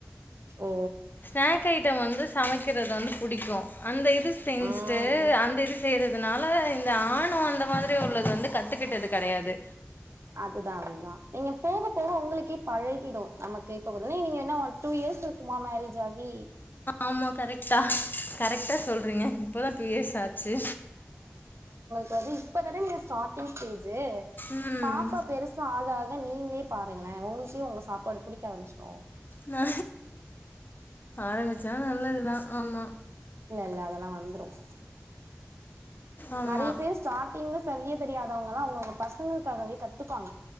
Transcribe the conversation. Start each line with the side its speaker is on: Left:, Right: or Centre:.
Right: ஓ
Left: ஸ்நாக் ஐட்டம் வந்து சமைக்கிறது வந்து புடிக்கும் அந்த இது செஞ்சுட்டு
Right: ம்
Left: அந்த இது செய்றதுனால இந்த ஆணும் அந்த மாதிரி உள்ளது வந்து கத்துக்கிட்டது கிடையாது
Right: அதுதான் அதுதான் நீங்க போக போக உங்களுக்கே பழகிடும் நமக்கு இப்ப வந்து நீங்க என்ன ஒ டூ இயர்ஸ் இருக்குமா மேரேஜ் ஆகி
Left: ஆமா கரெக்டா கரெக்டா சொல்றீங்க இப்பதா டு இயர்ஸ் ஆச்சு
Right: பது இப்பதானே நீங்க ஸ்டாரிங் ஸ்டேஜு
Left: ம்
Right: பாப்பா பெருசும் ஆக ஆ நீங்களே பாருங்களேன் உங்களுகே உங்க சாப்பாடு புடிக்க ஆரம்பிச்சிரு
Left: நா ஆரம்பிச்சா நல்லதுதான் ஆமா
Right: இல்ல இல்ல அதெல்லா வந்துரும்
Left: ஆமா
Right: நறைய பேர் ஸ்டார்டிங்ல சமைக்க தெரியாதவங்கலா அவங்கவுங்க பசங்களுக்காகவே கத்துப்பாங்க